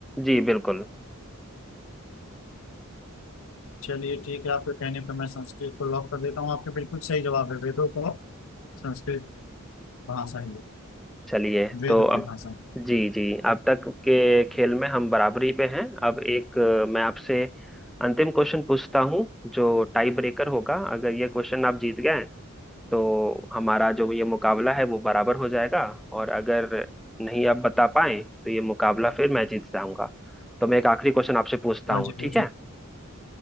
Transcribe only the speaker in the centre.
जी बिल्कुल
चलिए
तो ठीक
है अब
जी जी अब तक के खेल में हम बराबरी पे हैं अब एक अ, मैं आपसे अंतिम क्वेश्चन पूछता हूँ जो टाई ब्रेकर होगा अगर ये क्वेश्चन आप जीत गए तो हमारा जो ये मुकाबला है वो बराबर हो जाएगा और अगर नहीं आप बता पाए तो ये मुकाबला फिर मैं जीत जाऊंगा तो मैं एक आखिरी क्वेश्चन आपसे पूछता
हूँ
ठीक है